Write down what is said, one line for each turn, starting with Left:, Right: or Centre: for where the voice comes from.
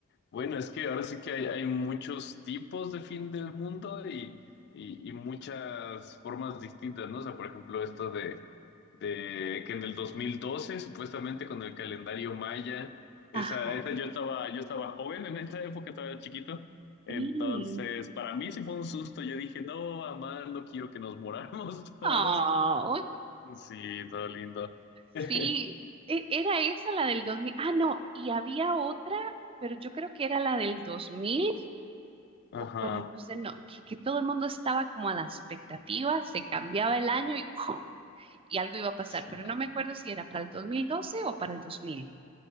Left: bueno, es que ahora sí que hay, hay muchos tipos de fin del mundo y, y- y muchas formas distintas, ¿no? O sea, por ejemplo, esto de, de que en el 2012 supuestamente con el calendario maya,
Right: Ajá,
Left: esa, esa yo estaba, yo estaba joven en esa época, estaba chiquito, entonces
Right: sí.
Left: para mí sí fue un susto, yo dije, no, mamá, no quiero que nos moramos <laughs> todos.
Right: Oh,
Left: Sí, todo lindo. <laughs>
Right: Sí, e- era esa la del 2000. Ah, no, y había otra, pero yo creo que era la del 2000.
Left: Ajá.
Right: o bueno, no sé, no, que, que todo el mundo estaba como a la expectativa, se cambiaba el año y, <laughs> ¡pum! y algo iba a pasar,
Left: sí.
Right: pero no me acuerdo si era para el dos mil doce o para el dos mil.